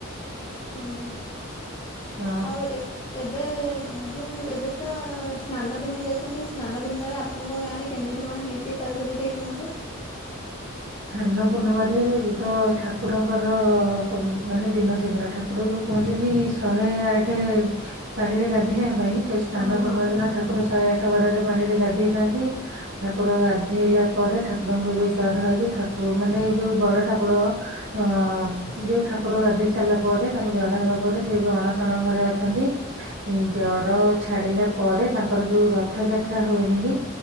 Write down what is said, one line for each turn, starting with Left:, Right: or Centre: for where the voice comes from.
Left: ହୁଁ ହୁଁ
Right: ହଁ
Left: ଆଉ ଏ ଏବେ ଯୋଉ ଏବେତ ସ୍ନାନ ପୂର୍ଣିମା ଯାଇଚନ୍ତି ସ୍ନାନ ପୂର୍ଣ୍ଣିମାରେ ଆପଣଙ୍କ ଗାଁ ରେ କେମିତି କଣ ହେଇଚି ତା ବିଷୟରେ ଟିକେ କୁହନ୍ତୁ?
Right: ସ୍ନାନ ପୂର୍ଣ୍ଣିମାରେ ଇଏତ ଠାକୁରଙ୍କର ପ ମାନେ ଦିନ ସେଦିନ ଠା କୁର ଯୋଉ କୁହନ୍ତିନି ଶହେ ଆଠ ପାଣିରେ ଗାଧେଇବା ପାଇଁ ସେ ସ୍ନାନ
Left: ହଁ ହଁ
Right: ପୂର୍ଣ୍ଣିମା ଦିନ ଠାକୁର ଶହେ ଆଠ ଗରାରେ ପାଣିରେ ଗାଧେଇଥାନ୍ତି। ଠାକୁର ଗାଧେଇଲା ପରେ ଠାକୁରଙ୍କୁ ଏବେ ଜର ହେଇଚି ଠାକୁ ମାନେ ଯୋଉ ବଡ ଠାକୁର। ହଁ ଯୋଉ ଠାକୁର ଗାଧେଇ ସାରିଲା ପରେ ତାଙ୍କୁ ଜର ହେବା ପରେ ସିଏ ଏବେ ଅଣସଣ ଘରେ ଅଛନ୍ତି। ଏ ଜର ଛାଡିଲା ପରେ ତାଙ୍କର ଯୋଉ ରଥଯାତ୍ରା ହୁଏନି କି?